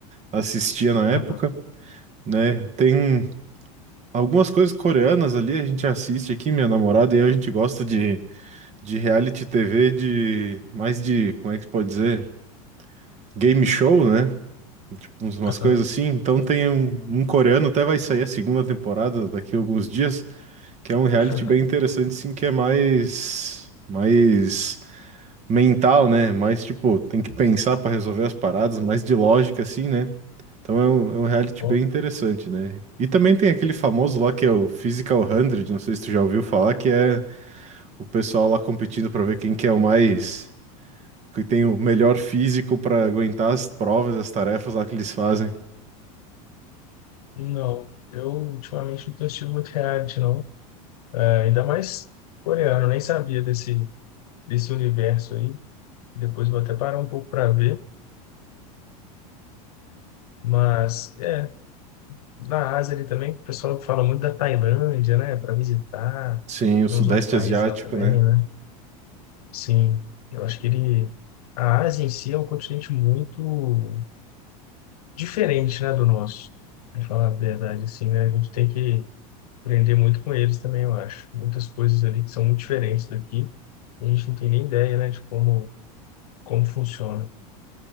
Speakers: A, on the right; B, on the left.
A: assistia na
B: Aham,
A: época, né? Tem algumas coisas coreanas ali, a gente assiste aqui, minha namorada e eu, a gente gosta de, de reality TV de mais de, como é que pode dizer? game show, né? Tipo, uns- umas
B: aham.
A: coisas assim. Então tem um, um coreano, até vai sair a segunda temporada daqui a alguns dias, que é um reality
B: <laughs>
A: bem interessante, sim, que é mais, mais mental, né? Mais tipo, tem que pensar para resolver as paradas, mais de lógica, assim, né? Então é um, é um reality
B: Bom,
A: bem interessante, né? E também tem aquele famoso lá que é o Physical 100, não sei se tu já ouviu falar, que é o pessoal lá competindo para ver quem que é o mais que tem o melhor físico para aguentar as provas, as tarefas lá que eles fazem.
B: Não, eu ultimamente não tenho assistido muito reality, não. É, ainda mais coreano, nem sabia desse, desse universo aí. Depois vou até parar um pouco para ver. Mas, é, na Ásia ali também, o pessoal fala muito da Tailândia, né? Para visitar.
A: Sim, o
B: Tem
A: Sudeste
B: uns outros países
A: Asiático,
B: lá também,
A: né?
B: né? Sim, eu acho que ele. A Ásia em si é um continente muito diferente, né, do nosso. Pra falar a verdade, assim, né? A gente tem que aprender muito com eles também, eu acho. Muitas coisas ali que são muito diferentes daqui. A gente não tem nem ideia, né, de como, como funciona.